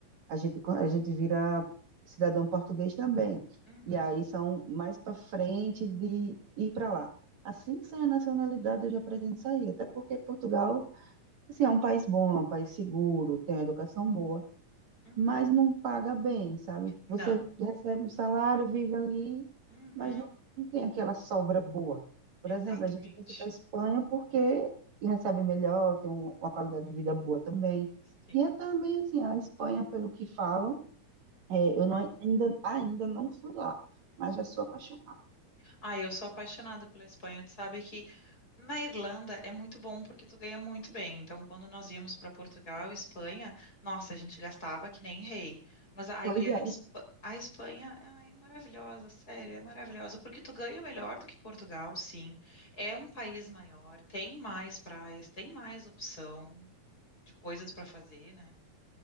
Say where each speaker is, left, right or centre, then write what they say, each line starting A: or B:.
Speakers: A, on the right (about 60°); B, on the left (about 25°).
A: a gente, co- a gente vira cidadão português também.
B: uhum,
A: E aí são mais para frente de ir para lá. Assim que sair a nacionalidade, eu já pretendo sair, até porque Portugal, assim, é um país bom, é um país seguro, tem uma educação boa
B: uhum.
A: mas não paga bem, sabe?
B: Não.
A: Você recebe um salário, vive ali,
B: Uhum,
A: mas não, não tem aquela sobra boa. Por
B: exatamente.
A: exemplo, a gente pensa para a Espanha porque recebe melhor, tem um- uma qualidade de vida boa também.
B: Sim.
A: E é também assim, a Espanha, pelo que falam, é, eu não- ainda, ainda não fui lá, mas já sou apaixonada.
B: Ah, eu sou apaixonada pela Espanha. Tu sabe que na Irlanda é muito bom porque tu ganha muito bem. Então, quando nós íamos para Portugal e Espanha, nossa, a gente gastava que nem rei. Mas a, a
A: Pois
B: guria,
A: é,
B: a Espa-
A: um-
B: a Espanha, ai, é maravilhosa, sério, é maravilhosa. Porque tu ganha melhor do que Portugal, sim. É um país maior, tem mais praias, tem mais opção. De coisas pra fazer, né.